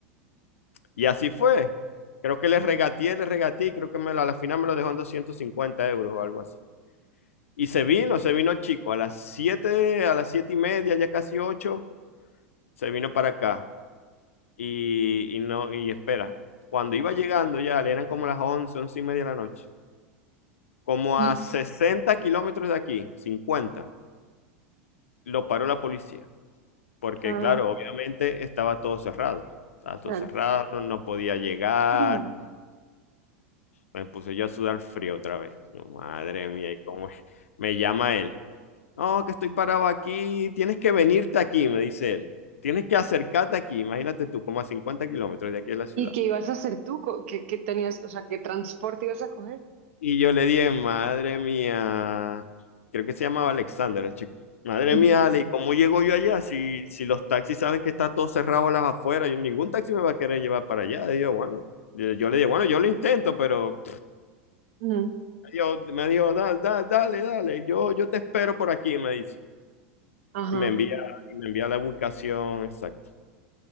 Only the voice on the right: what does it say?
y-
ah,
claro.
Mm.
¿Y qué ibas a hacer tú? Co- ¿Qué, qué tenías, o sea, qué transporte ibas a coger?
Ujú,
ujú.
Ajá,